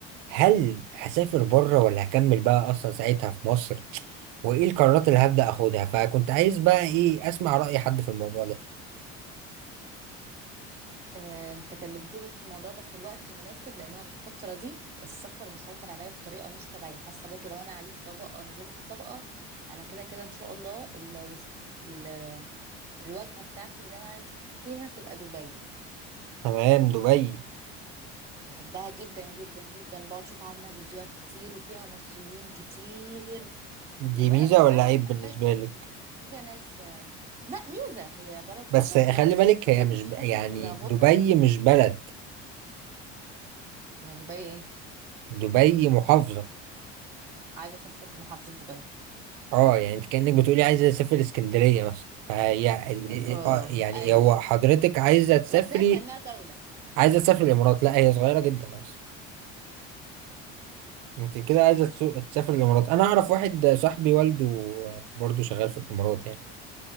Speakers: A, on the right; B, on the right.
A: هل هسافر بره ولا هكمل بقى اصلا
B: مم.
A: ساعتها في مصر وايه القرارات اللي هبدأ اخدها فكنت عايز بقى ايه اسمع رأي حد في الموضوع ده
B: آه، انت كلمتني في الموضوع ده في الوقت المناسب لان انا الفتره دي السفر مسيطر عليا بطريقه مش طبيعيه حاسه برضو لو انا عليت طبقه نزلت طبقه انا كده كده ان شاء الله ال... ال... الواجهه بتاعتي اللي انا عايزه اسافر فيها تبقى دبي
A: تمام دبي
B: بحبها جدا جدا جدا بقعد اشوف عنها فيديوهات كتير وفيها مصريين كتير
A: دي
B: وبلد
A: ميزة
B: فعلا
A: ولا عيب
B: محتاجه
A: بالنسبة لك؟
B: حاجة ناس لا ميزة هي بلد بره
A: بس
B: فيها
A: خلي
B: مصريين
A: بالك
B: كتير
A: هي مش
B: مش
A: ب...
B: هتحس
A: يعني
B: بالغربة
A: دبي مش بلد
B: أمال دبي ايه
A: دبي محافظة
B: عايزة اسافر لمحافظة دبي
A: اه يعني انت كأنك بتقولي عايزة اسافر اسكندرية مثلا فهي ال-
B: اه
A: ال- آه، يعني
B: ايوه
A: هو
B: ايوه
A: حضرتك عايزة تسافري
B: بس هي كأنها دولة
A: عايزة تسافر الامارات لا هي صغيرة جدا اصلا
B: اه
A: انت كده عايزه تسو- تسافر الامارات انا اعرف واحد صاحبي والده برضه شغال في الامارات يعني